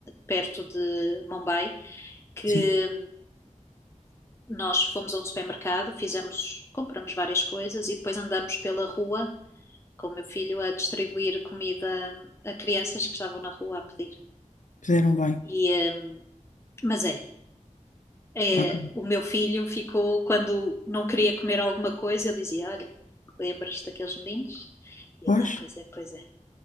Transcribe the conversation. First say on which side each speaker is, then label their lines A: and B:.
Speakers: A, on the left (about 20°); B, on the left (about 70°).
A: perto de Mumbai que
B: Sim.
A: nós fomos a um supermercado, fizemos, compramos várias coisas e depois andamos pela rua com o meu filho a distribuir comida a crianças que estavam na rua a pedir.
B: Fizeram bem.
A: E, eh, mas é, é,
B: Ok.
A: o meu filho ficou, quando não queria comer alguma coisa, eu dizia: Olha, lembras daqueles meninos? E
B: Pois,
A: ele, ah, pois é, pois é,